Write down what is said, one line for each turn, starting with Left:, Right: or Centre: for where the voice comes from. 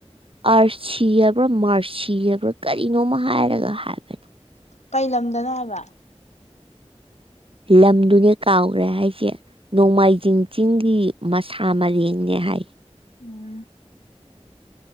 Right: ꯑꯥꯔꯁꯤ ꯍꯥꯏꯕ꯭ꯔ ꯃꯥꯔꯁꯤ ꯍꯥꯏꯕ꯭ꯔꯥ ꯀꯔꯤꯅꯣꯃ ꯍꯥꯏꯔꯒ ꯍꯥꯏꯕꯅꯤ꯫
Left: ꯀꯩ ꯂꯝꯗꯅꯣ ꯍꯥꯏꯕ꯫
Right: ꯂꯝꯗꯨꯅꯦ ꯀꯥꯎꯒꯔꯦ ꯍꯥꯏꯖꯦ ꯅꯣꯡꯃꯥꯏꯖꯤꯡ ꯆꯤꯡꯒꯤ ꯃꯁꯥ ꯃꯔꯦꯡ ꯅꯦ ꯍꯥꯏ꯫
Left: ꯎꯝ